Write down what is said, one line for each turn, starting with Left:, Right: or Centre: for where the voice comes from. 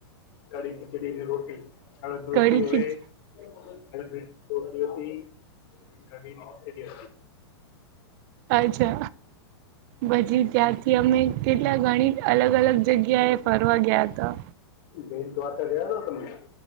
Left: કળી ખિચડી ની રોટી. કડક રોટી
Right: કડી
Left: હોય.
Right: ખીચ
Left: કડક રોટી હતી કઢી હતી.
Right: અચ્છા પછી ત્યાારથી કે અમે કેટલા ગણી અલગ અલગ જગ્યાએ ફરવા ગયા હતા.
Left: બેટ દ્વારકા ગયા હતા તમે?